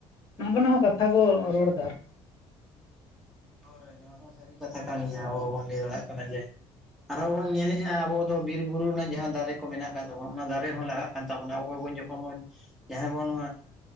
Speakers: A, on the left (about 40°); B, in the centre.
A: ᱱᱚᱝᱠᱟᱱᱟᱜ ᱦᱚᱸ ᱠᱟᱛᱷᱟ ᱠᱚ ᱨᱚᱲ ᱮᱫᱟ ᱟᱨᱠᱤ
B: ᱦᱳᱭ ᱱᱚᱶᱟ ᱦᱚᱸ ᱥᱟᱹᱨᱤ ᱠᱟᱛᱷᱟ ᱠᱟᱱ ᱜᱮᱭᱟ ᱟᱵᱚ ᱵᱟᱵᱚᱱ ᱞᱟᱹᱭ ᱫᱟᱲᱮᱭᱟᱜ ᱠᱟᱱᱟ ᱡᱮ ᱟᱨᱦᱚᱸ ᱵᱚᱱ ᱧᱮᱞᱮᱜᱼᱟ ᱟᱵᱚ ᱫᱚ ᱵᱤᱨ ᱵᱩᱨᱩ ᱨᱮᱱᱟᱜ ᱡᱟᱦᱟᱸ ᱫᱟᱨᱮ ᱠᱚ ᱢᱮᱱᱟᱜ ᱟᱠᱟᱫ ᱛᱟᱵᱚ ᱚᱱᱟ ᱫᱟᱨᱮ ᱦᱚᱸ ᱞᱟᱦᱟᱜ ᱠᱟᱱ ᱛᱟᱵᱚᱱᱟ ᱚᱠᱚᱭ ᱵᱚᱱ ᱡᱚᱠᱷᱚᱱ ᱵᱚᱱ ᱡᱟᱦᱟᱸᱭ ᱵᱚᱱ